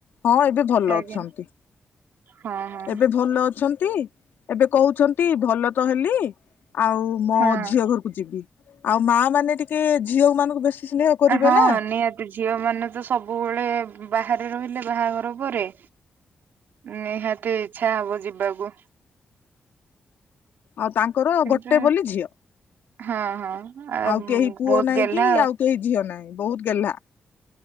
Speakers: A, on the left; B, on the right.
A: ହଁ ଏବେ ଭଲ
B: ଆଜ୍ଞା
A: ଅଛନ୍ତି।
B: ହଁ, ହଁ।
A: ଏବେ ଭଲ ଅଛନ୍ତି। ଏବେ କହୁଛନ୍ତି ଭଲ ତ ହେଲି ଆଉ ମୋ
B: ହଁ
A: ଝିଅ ଘରକୁ ଯିବି। ଆଉ ମା ମାନେ ଟିକ ସେ, ଝିଅ ମାନଙ୍କୁ ବେଶୀ ସ୍ନେହଁ କରିବେ
B: ହଁ
A: ନା।
B: ନିହାତି ଝିଅ ମାନେ ତ ସବୁବେଳେ ବାହାରେ ରହିଲେ। ବାହାଘର ପରେ ନିହାତି ଇଚ୍ଛା ହବ ଯିବାକୁ।
A: ଆଉ ତାଙ୍କର
B: କିନ୍ତୁ
A: ଗୋଟେ ବୋଲି ଝିଅ।
B: ହଁ ହଁ ଆ
A: ଆଉ କେହି ପୁଅ
B: ବହୁତ
A: ନାଇଁ
B: ଗେହ୍ଲା
A: କି ଆଉ କେହି ଝିଅ ନାହିଁ। ବହୁତ ଗେହ୍ଲା।